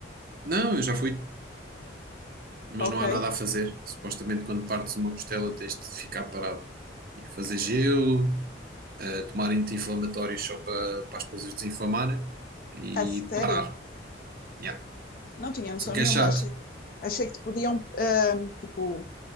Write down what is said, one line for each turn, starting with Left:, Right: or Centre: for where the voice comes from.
Right: Não, eu já fui. Mas
Left: Ok?
Right: não há nada a fazer. Supostamente quando partes uma costela tens de ficar parado. E fazer gelo, eh, tomar anti-inflamatórios só para, para as coisas desinflamarem e
Left: A sério?
Right: parar. Yeah.
Left: Não tinha noção
Right: Só que
Left: nenhuma,
Right: é chato.
Left: achei. Achei que te podiam, ahm, tipo,